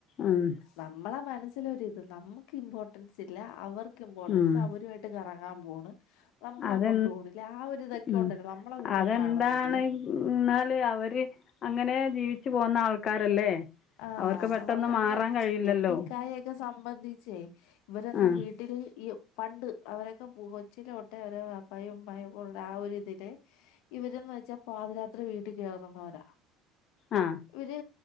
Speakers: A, on the left (about 50°); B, on the left (about 75°).
A: ഉം
B: നമ്മളെ മനസ്സിലൊരിത് <unintelligible> ഇമ്പോർട്ടൻസ് ഇല്ല അവർ ക്ക് ഇമ്പോർട്ടൻസ്
A: ഉം
B: അവരുമായിട്ട് കറ ആ പോണ് നമ്മള
A: അത്
B: കൊ <unintelligible> ആ ഒരി ഇതൊക്കെ
A: ഉം
B: കൊണ്ടന്നെ നമ്മളെ കൂടും
A: അതെന്താണ്
B: കാണുന്നില്ല
A: എന്നാൽ അവർ അങ്ങനെ ജീവിച്ച് പോന്ന ആൾക്കാരല്ലേ
B: ആഹ്
A: അവർക്ക് പെട്ടെന്ന്
B: അവർ
A: മാറാൻ
B: അങ്ങനെ
A: കഴിയില്ലല്ലോ
B: എന്റെക്കായൊക്കെ സംബന്ധിച്ചേ ഇവരൊന്നും
A: ആ
B: വീട്ടില് ഈ പണ്ട് അവര <unintelligible> കൊച്ചിലോട്ടെ അവര വാ പ്പയും ഉമ്മയക്കുള്ള ആ ഒരിതില് ഇവരന്ന് വെച്ചാ പാതിരാത്രി വീട്ടിൽ കയറുന്നവരാ
A: ആ
B: ഇവര്